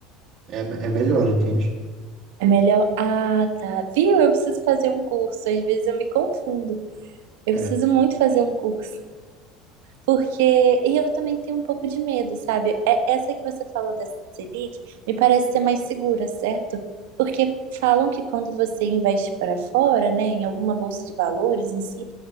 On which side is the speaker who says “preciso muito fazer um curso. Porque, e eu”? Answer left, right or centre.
Right